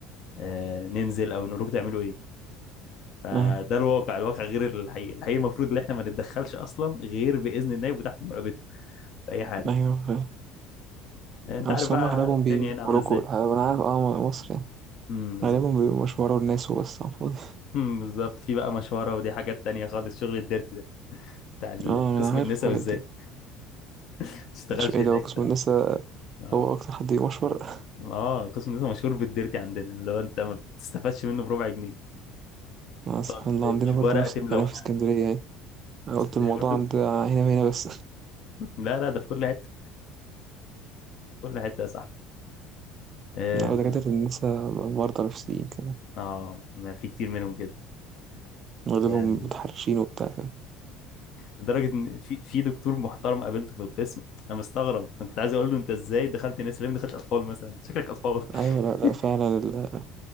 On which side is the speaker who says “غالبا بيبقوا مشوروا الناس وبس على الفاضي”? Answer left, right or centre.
Right